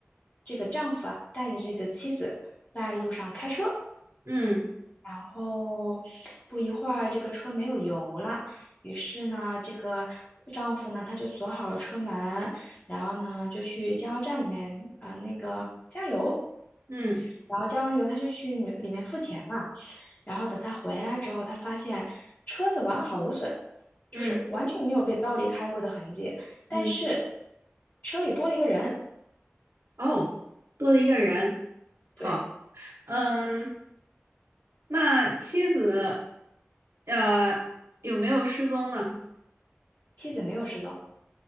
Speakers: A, on the left (about 35°); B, on the right (about 80°).
A: 这个丈夫啊带着这个妻子在路上开车，
B: 嗯
A: 然后不一会儿，这个车没有油了，于是呢，这个丈夫呢，他就锁好了车门，然后呢，就去加油站里面啊、呃那个加油，
B: 嗯
A: 然后加完油，他就去里里面付钱嘛。然后等他回来之后，他发现车子完好无损，
B: 嗯
A: 就是完全没有被暴力开过的痕迹，但是
B: 嗯，
A: 车里多了一个人，
B: 哦，多了一个人，
A: 对，
B: 好，嗯，那妻子，呃，有没有失踪呢？
A: 妻子没有失踪，